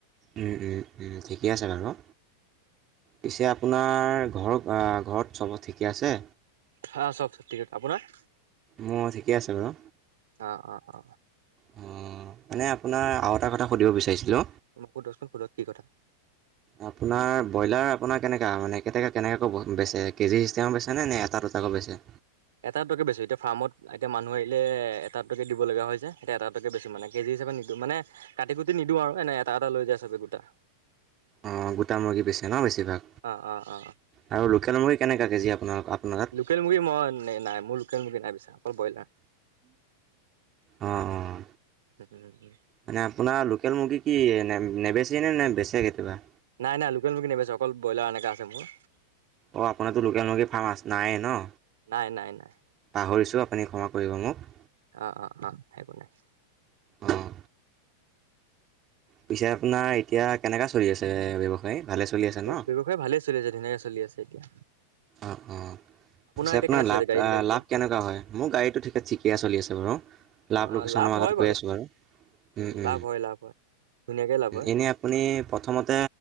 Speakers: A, on the right; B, on the right.
A: উম-উম-উম ঠিকেই
B: উম
A: আছে বাৰু। পিছে আপোনাৰ ঘৰ ঘৰত চব ঠিকে আছে?
B: হা, চব <unintelligible> আপোনাৰ?
A: মই ঠিকেই আছে বাৰু।
B: অ অ অ
A: উম মানে আপোনাৰ আৰু এটা কথা সুধিব বিচাৰিছিলো।
B: মোক সোধকচোন সোধক কি কথা।
A: আপোনাৰ ব্ৰইলাৰ আপোনাৰ কেনেকা মানে কেনেকা কেনেকা কৈ বেচে? কেজি হিচাপে বেচেনে নে এ চাকৈ বেছে?
B: এটা টকে বেছো। এতিয়া ফাৰ্মত এতিয়া মানুহ আহিলে এটা টকে দিব লগা হৈ যে। এতিয়া এটা টকে বেছো, মানে কেজি হিচাপে নিদিও। মানে কাটি কুটি নিদিও আৰু এনেই এটা এটা লৈ যায় চবে গোটা।
A: অ, গোটা মুৰ্গী বেছে ন বেছিভাগ?
B: অ অ অ
A: আৰু লোকেল মুৰ্গী কেনেকা কেজি আপোনাৰ তাত
B: লোকেল মুৰ্গী মই নাই মোৰ লোকেল মুৰ্গী নাই বেচা। অকল ব্ৰইলাৰ।
A: অঁ-অঁ
B: উম-উম-উম
A: মানে আপোনাৰ লোকেল মুৰ্গী কি নেবেচেই নে? নে বেচে কেতিয়াবা?
B: নাই, নাই লোকেল মুৰ্গী নেবেচো। অকল ব্ৰইলাৰ এনেকা আছে মোৰ।
A: অ আপোনাৰটো লোকেল মুৰ্গী ফাৰ্ম নাইয়ে ন?
B: নাই, নাই, নাই।
A: পাহৰিছোঁ, আপুনি ক্ষমা কৰিব মোক।
B: অঁ-অঁ-অ, একো নাই।
A: অঁ পিছে আপোনাৰ এতিয়া কেনেকা চলি আছে ব্যৱসায়? ভালে চলি আছে ন
B: ব্যৱসায় ভালে চলি আছে, ধুনীয়াকে চলি আছে এতিয়া।
A: অ, অ। পিছে
B: এতিয়া
A: আপোনাৰ
B: কেনে চলি
A: লাভ
B: আছে গাড়ী বিলাক এতিয়া?
A: লাভ কেনেকুৱা হয়? মোৰ গাড়ীটো ঠিক ঠিক চলি আছে বাৰু। লাভ
B: অ',
A: লোকচান
B: অ',
A: আমাৰ
B: হয়
A: গত গৈ আছো বাৰু।
B: উম,
A: উ-উ,
B: লাভ হয় লাভ হয়। ধুনীয়াকে লাভ হয়
A: এনে আপুনি প্ৰথমতে